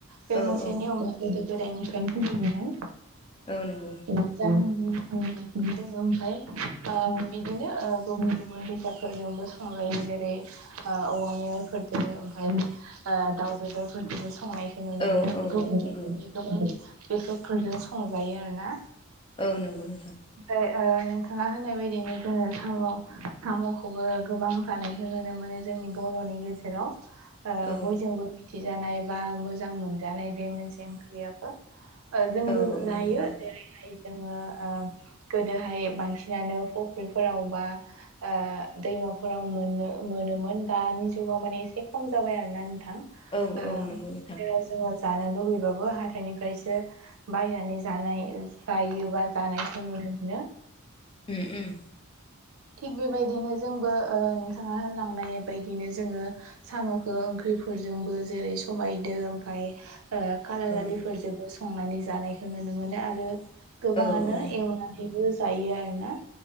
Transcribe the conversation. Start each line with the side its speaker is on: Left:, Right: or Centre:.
Right: बे
Left: औ
Right: मोनसे
Left: औ
Right: नियमा गोदो गोदायनिफ्राय खुलिबोनाय।
Left: औ नंगौ
Right: ज दङ ओमफ्राय ओ बिदिनो ओ गुबुन -गुबुन बेसादफोरजोंबो संजायो जेरै, ओ औवा मेवाइफोरदो ओमफ्राय ओ दाउ बेदरफोरखौबो संनायखौ नुनो
Left: औ
Right: मोनो।
Left: औ
Right: गुबुन
Left: नंगौ
Right: गोबां बेसादफोरजों संजायो आरो ना।
Left: औ नंगौ नोंथां।
Right: ओमफ्राय ओ नोंथाङा होननाय बायदिनो जोङो साम' साम'खौबो गोबां जानायखौ नुनो मोनो जोंनि बर'नि गेजेराव। ओ
Left: औ
Right: बयजोंबो मिथिजानाय बा मोजां मोनजानाय बे मोनसे ओंख्रियाबो ओ जोंबो
Left: औ औ
Right: जायो
Left: नंगौ नोंथां
Right: जेरैहाय जोङो ओ गोदोहाय बांसिनानो फुख्रिफोराव बा ओ दैमाफोराव मोनो मोनोमोन दानि जुगाव माने एसे खम जाबाय आरो ना नोंथां।
Left: औ
Right: ओ
Left: औ नंगौ नोंथां
Right: जेराव जोङो जानो लुगैबाबो हाथाइनिफ्रायसो बायनानै जानाय जायो बा जानायखौ नुनो मोनो।
Left: उम उम
Right: थिग बेबायदिनो जोंबो ओ नोंथाङा होनलांनाय बायदिनो जोङो साम'खौ ओंख्रिफोरजोंबो जेरै सबायजों ओमफ्राय खाला
Left: उम
Right: दालिफोरजों संनानै जानायखौ नुनो मोनो आरो गोबाङानो
Left: औ औ
Right: एवनानैबो जायो आरोना